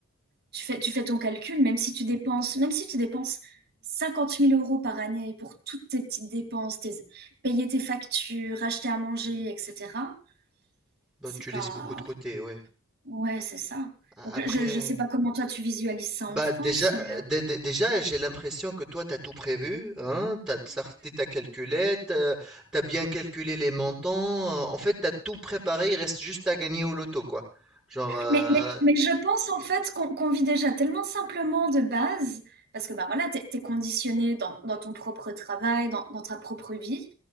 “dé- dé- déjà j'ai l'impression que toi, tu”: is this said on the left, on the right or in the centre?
Centre